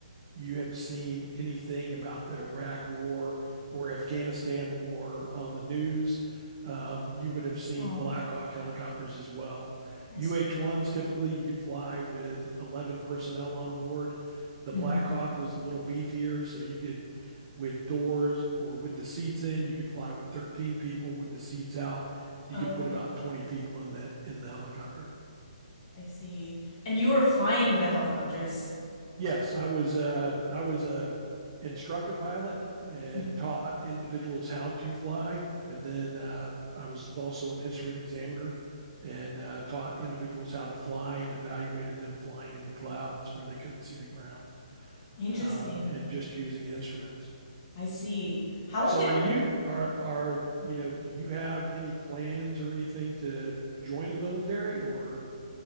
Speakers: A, on the right; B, on the left.
A: you have seen anything about the Iraq war or Afghanistan war on the news, um, you would have seen
B: Oh,
A: Black Hawk helicopters as well.
B: I see.
A: UH 1s, typically, you could fly with 11 personnel on board. The
B: Mm-hmm.
A: Black Hawk was a little beefier, so you could, with doors or with the seats in, you could fly with 13 people. With the seats out, you
B: Okay,
A: could put about 20 people in the in the helicopter.
B: I see. And you were flying the helicopters.
A: Yes, I was uh, I was a instructor pilot and
B: Mhm.
A: taught individuals how to fly, and then uh, I was also an instrument examiner and uh, taught individuals how to fly and evaluated them flying in the clouds where they couldn't see the ground
B: Interesting.
A: um, and just using instruments.
B: I see. How long
A: So,
B: did
A: are
B: it
A: you are are you know? Do you have any plans or anything to join the military or